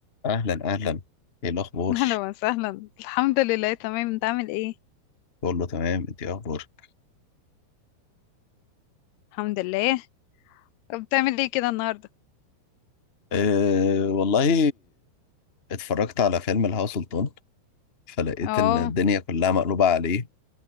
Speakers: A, on the left; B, on the left.
A: اهلا اهلا ايه الاخبار
B: <laughs> اهلا وسهلا الحمد لله تمام انت عامل ايه
A: كله تمام انت ايه اخبارك
B: الحمد لله بتعمل ايه كده النهارده
A: أه والله اتفرجت على فيلم الهوا سلطان فلقيت
B: اه
A: ان الدنيا كلها مقلوبة عليه